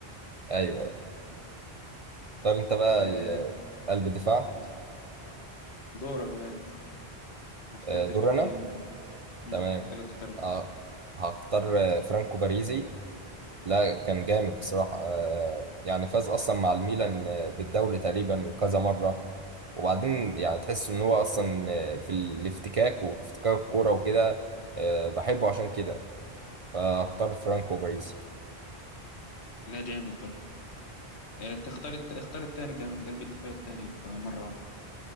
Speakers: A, on the right (about 45°); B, on the left (about 85°).
A: ايوه اختار انت بقى
B: آه
A: ال- قلب دفاع
B: نخ- دورك بقى انت انا اخترت
A: آه، دور
B: الباك
A: انا
B: اليمين امم
A: تمام
B: انت اللي تختار له.
A: اه هختار آه، فرانكو باريزي لا كان جامد بصراحة آه، يعني فاز أصلا مع الميلان آه، بالدوري تقريبا كذا مرة وبعدين يعني تحس إن هو أصلا آه، في الافتكاك وافتكاك الكورة وكده آه، بحبه عشان كده فاختار فرانكو باريس
B: لا جامد برضه آه تختار الت- اختار التاني كمان قلب الدفاع التاني يبقى مره واحده